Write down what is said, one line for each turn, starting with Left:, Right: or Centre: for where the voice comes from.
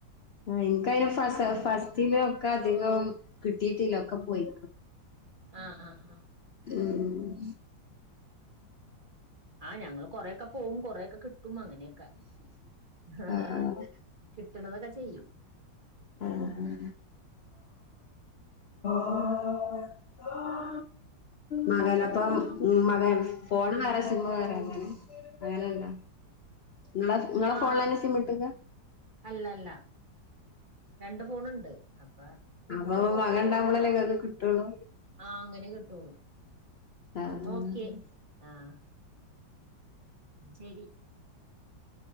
Left: ആ ഇൻകയ്ൻ ഫസ ഫസ്റ്റിലൊക്കെ അധികം കിട്ടീട്ടില്ലൊക്കെ പോയി.
Right: ആഹ ആഹ് ആ
Left: ഉം
Right: ആഹ് ഞങ്ങള് കൊറെക്കെ പോ വും കൊറെക്കെ കിട്ടും അങ്ങനെക്കെ ആഹ
Left: ആഹ് ആഹ്
Right: കതൊക്കെ ചെയ്യും.
Left: ആഹ് <unintelligible> മകനപ്പം ഉം മകൻ ഫോണ് വേറെ സിമ്മ് വേറെ അങ്ങനെ അങ്ങനെ ണ്ടോ നിങ്ങളെ നിങ്ങളെ
Right: ആഹ്
Left: ഫോണില തന്നെ സിമ്മ് ട്ടക്ക
Right: അല്ലല്ല രണ്ട് ഫോണുണ്ട് അപ്പ
Left: അ മകൻ ഉണ്ടാവുമ്പളല്ലെ ഇങ്ങക്ക് കിട്ടുള്ളൂ
Right: ആഹ അങ്ങനെ കിട്ടോള്ളൂ
Left: ആഹ്
Right: അന്നാ ഓ ക്കേ ആഹ ശരി